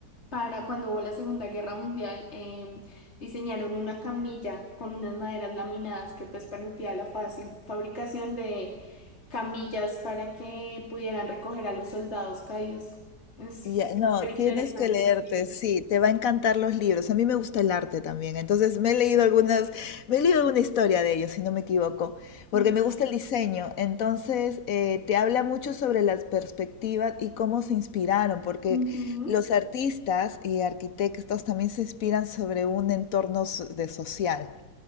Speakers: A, on the left; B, on the left.
A: para cuando hubo la Segunda Guerra Mundial, em, diseñaron una camilla con unas maderas laminadas que pues permitía la fácil fabricación de camillas para que pudieran recoger a los soldados caídos. Es
B: Ya, no,
A: súper
B: tienes
A: interesante
B: que leerte,
A: ese libro.
B: sí, te va a encantar los libros. A mí me gusta el arte también, entonces me he leído algunas, me he leído alguna historia de ellos, si no me equivoco,
A: Ok.
B: porque me gusta el diseño. Entonces, eh, te habla mucho sobre las perspectivas y cómo se inspiraron, porque
A: Ujú.
B: los artistas y arquitectos también se inspiran sobre un entorno so- de social.